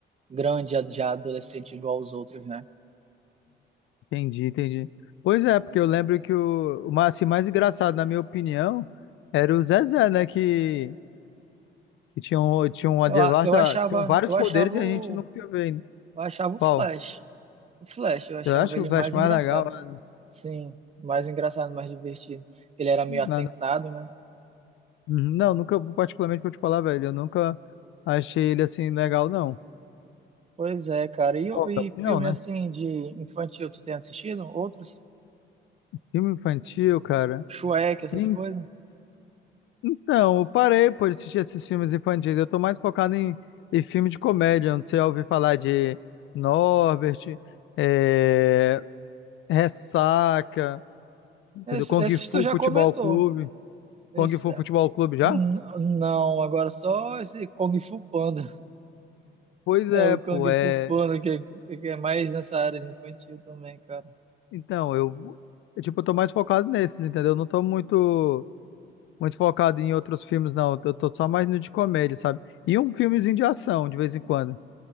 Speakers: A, on the right; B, on the left.
A: grande, já já adolescente, igual os outros, né?
B: entendi, entendi. Pois é, porque eu lembro que o, o ma- assim, mais engraçado, na minha opinião, era o Zezé, né? Que, que tinha, um, tinha uma
A: Eu,
B: devasta,
A: a- eu achava,
B: tinham vários
A: eu achava
B: poderes
A: o,
B: e a gente não tinha vendo.
A: eu achava o
B: Qual?
A: Flash. O Flash, eu achava
B: Eu acho que
A: ele
B: o Flash
A: mais
B: é
A: engraçado.
B: mais legal. né?
A: Sim, mais engraçado, mais divertido. Ele era meio atentado,
B: Nossa,
A: né?
B: Uhum. Não, nunca, particularmente pra eu te falar, velho, eu nunca achei ele assim legal, não.
A: Pois é, cara. E,
B: Nova.
A: o- e
B: opinião,
A: filme
B: né?
A: assim de infantil, tu tem assistido? Outros?
B: Filme infantil, cara.
A: Shrek, essas
B: En-
A: coisas?
B: Então, eu parei por assistir esses filmes infantis. Eu tô mais focado em, em filme de comédia, onde você já ouviu falar de Norbert, é, Ressaca, entendeu?
A: Esse-
B: Kung
A: Esses,
B: Fu
A: tu já
B: Futebol
A: comentou.
B: Clube.
A: Esse,
B: Kung Fu Futebol Clube já?
A: n- não, agora só esse Kung Fu Panda. <laughs>
B: Pois
A: É
B: é,
A: o
B: pô.
A: Kung
B: É...
A: Fu Panda que é, que é mais nessa área de infantil também, cara.
B: Então, eu, eu, tipo, eu tô mais focado nesses, entendeu? Eu não tô muito. muito focado em outros filmes, não. Eu tô só mais no de comédia, sabe? E um filmezinho de ação, de vez em quando.